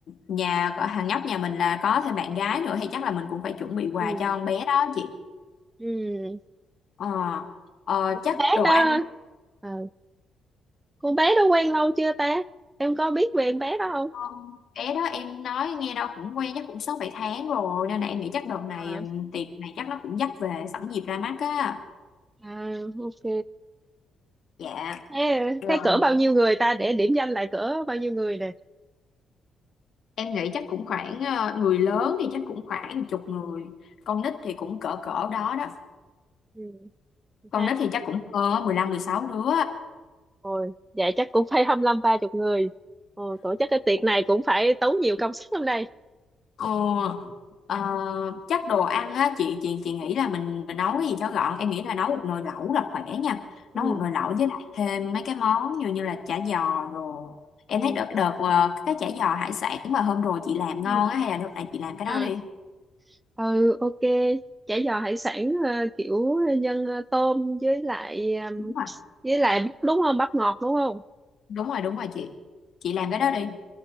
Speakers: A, on the left (about 65°); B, on the right (about 20°).
A: nhà có- thằng nhóc nhà mình là có thêm bạn gái nữa thì chắc là mình cũng phải chuẩn bị quà
B: ừ
A: cho con bé đó chị
B: ừ
A: ờ Ờ,
B: con
A: chắc
B: bé
A: đồ
B: đó
A: ăn
B: ờ, con bé đó quen lâu chưa ta em có biết về con bé đó không
A: Con bé đó em nói nghe đâu cũng quen chắc cũng sáu bảy tháng rồi nên là em nghĩ chắc đợt này
B: à,
A: ừm, tiệc này chắc nó cũng dắt về sẵn dịp ra mắt á
B: à ok
A: dạ
B: Thế,
A: rồi
B: thế cỡ bao nhiêu người ta để điểm danh lại cỡ bao nhiêu người nè?
A: em nghĩ chắc cũng khoảng ờ, người lớn thì chắc cũng khoảng một chục người con nít thì cũng cỡ cỡ đó đó
B: Ừ,
A: con
B: hai
A: nít
B: chục
A: thì chắc cũng hơn á, mười sáu đứa
B: người. Vậy chắc cũng phải 25 ba chục người. Ồ, tổ chức cái tiệc này cũng phải tốn nhiều công sức lắm đây.
A: Ờ, ờ, chắc đồ ăn á chị chị chị nghĩ là mình mình nấu cái gì cho gọn em nghĩ là nấu một nồi lẩu là khỏe nha
B: Ừ.
A: nấu một nồi lẩu với lại thêm mấy cái món như như là chả giò rồi em
B: Ừ.
A: thấy đợt đợt ờ, cái chả giò hải sản mà hôm rồi chị làm ngon
B: Ừ.
A: á hay là đợt này chị làm cái
B: À.
A: đó đi
B: Ừ, ok. Chả giò hải sản ờ, kiểu nhân ờ, tôm với lại ờ,
A: đúng rồi
B: với lại bắp đúng không? Bắp ngọt đúng không?
A: đúng rồi đúng rồi chị chị làm cái đó đi